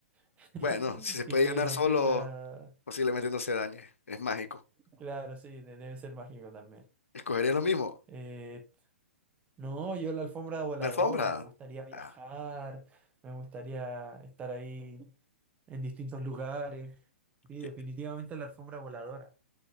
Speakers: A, on the right; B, on the left.
A: <laughs>
B: Bueno, si se
A: Y
B: puede
A: que
B: llenar
A: mantenga.
B: solo, posiblemente no se dañe, es mágico.
A: Claro, sí, de- debe ser mágico también.
B: Escogería lo mismo,
A: Eh, no, yo la alfombra voladora,
B: la alfombra.
A: me gustaría viajar,
B: Ah,
A: me gustaría estar ahí en distintos lugares. Sí,
B: sí,
A: definitivamente la alfombra voladora.